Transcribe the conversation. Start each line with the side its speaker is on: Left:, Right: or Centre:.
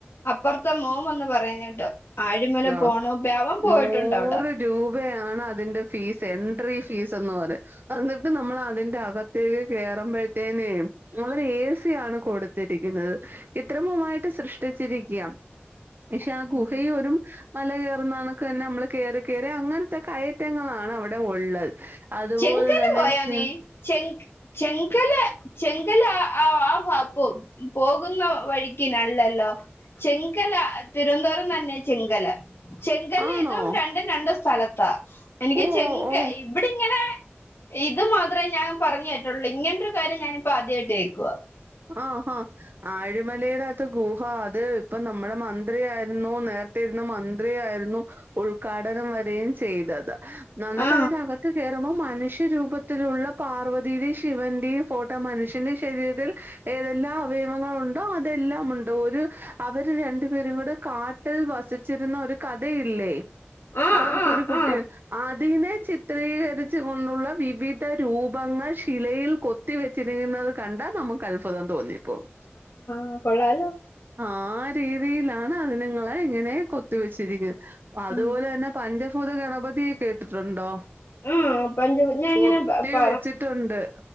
Left: അപ്പുറത്തെ മോവന്ന് പറയുന്ന കേട്ട് ആഴിമല
Right: ആ
Left: പോണ പവാം പോയിട്ടുണ്ട്
Right: നൂറ്
Left: അവിടെ
Right: രൂപയാണ് അതിന്റെ ഫീസ് എൻട്രി ഫീസ്ന്ന് പറ അനിട്ട് നമ്മൾ അതിന്റെ അകത്തേക്ക് കേയറുമ്പോഴത്തേനേ അവര് <unintelligible> ആണ് കൊടുത്തിരിക്കുന്നത് ഇത്രമുമായിട്ട് സൃഷ്ടിച്ചിരിക്കാം പക്ഷെ ആ
Left: ആഹ്
Right: ഗുഹയും ഒരുറും മല കയറുന്നണക്ക് തന്നെ നമ്മള് കയറി കയറി അങ്ങനത്തെ കയറ്റങ്ങളാണ് അവിടെ ഉള്ളത് അതുപോലെ
Left: ചെങ്കല
Right: തന്നെഷയ
Left: പോയോ നീ ചെ ചങ്കല ചെ
Right: <inaudible>
Left: ആഹ് വാപ്പ പോകുന്ന വഴിക്ക്നല്ലല്ലോ ചെങ്കല തിരുവനന്തപുരം തന്നെ ചെങ്കല് ചെങ്ക
Right: ആണോ
Left: രണ്ടും രണ്ട് സ്ഥലത്ത എനിക്ക്
Right: ഓ
Left: ചെങ്ക
Right: ഓ
Left: എവി ഇങ്ങനെ ഇത് മാത്രേ ഞാൻ പറഞ്ഞു പറ്റുള്ളൂ ഇങ്ങനരു കാര്യം ഞാനിപ്പോ ആദ്യമായിട്ട് കേക്കവാ
Right: ആഹാ ആഴിമലയുടെകത്ത ഗുഹ അത് ഇപ്പൊ നമ്മുടെ മന്ത്രിയായിരുന്നു നേർ ന്ന മന്ത്രിയായിരുന്നു ഉദ്ഘാടനം വരും ചെയ്തത് നിട്ടക
Left: ആ
Right: കേയറുമ്പോൾ മനുഷ്യരൂപത്തിലുള്ള പാർവതിയുടെയും ശിവന്റെയും ഫോട്ടോ മനുഷ്യന്റെ ശരീരത്തിൽ ഏതെല്ലാം അവയവങ്ങള ഉണ്ടോ അതെല്ലാം ഉണ്ട് ഒരു അവര് രണ്ടു പേരും കൂടെ കാ ട്ടിൽ വസിച്ചിരുന്ന ഒരു കഥയില്ലേ
Left: ആ
Right: അവർക്കൊരു
Left: ആ
Right: കുട്ടി
Left: ആ
Right: അതിനെ ചിത്രീകരിച്ചു കൊണ്ടുള്ള വിവിധ രൂപങ്ങൾ ശിലയിൽ കൊത്തി കുത്തി വെച്ചിരിക്കുന്നത് കണ്ടാ നമുക്ക് അത്ഭുതം തോന്നിപ്പോകും
Left: ആഹ് കൊള്ളാലോ
Right: ആഹ് രീതിയിലാണ് അതി നിങ്ങളെ ഇങ്ങനെ കൊത്തി വെച്ചിരിക്കുന്നത് അതുപോലെ
Left: ആ
Right: തന്നെ പഞ്ചഭൂത ഗണപതിയെ കേട്ടിട്ടുണ്ടോ
Left: ആ പഞ്ച ഞാൻ ഇങ്ങനെ
Right: കൊത്തി
Left: പ പ
Right: വെച്ചിട്ടുണ്ട്